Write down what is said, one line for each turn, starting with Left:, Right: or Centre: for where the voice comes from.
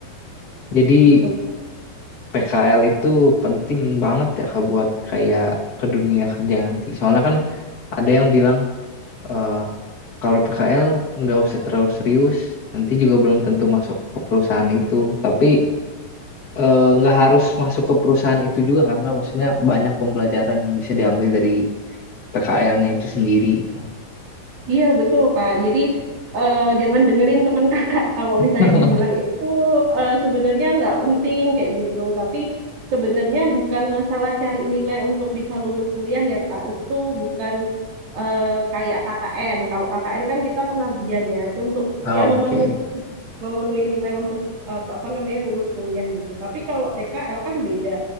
Left: Jadi
Right: Gitu.
Left: PKL itu penting banget ya Kak, buat kayak ke dunia kerja nanti. Soalnya kan ada yang bilang eh kalau PKL nggak usah terlalu serius, nanti juga belum tentu masuk ke perusahaan itu. Tapi eh, nggak harus masuk ke perusahaan itu juga kan Kak? Maksudnya banyak pembelajaran yang bisa diambil dari PKL-nya itu sendiri itu.
Right: Iya betul Kak. Jadi eh, jangan dengerin teman kakak <laughs> kalau
Left: <laughs>
Right: misalnya dibilang itu eh, sebenarnya nggak penting kayak gitu. Tapi sebenarnya bukan masalah cari nilai untuk bisa lulus kuliah ya Kak. Itu bukan eh, kayak KKN. Kalau KKN kan kita pengabdian ya. Itu untuk
Left: Oke.
Right: ya memenu- memenuhi nilai untuk eh, apa namanya lulus kuliah gitu. Tapi kalau PKL kan beda.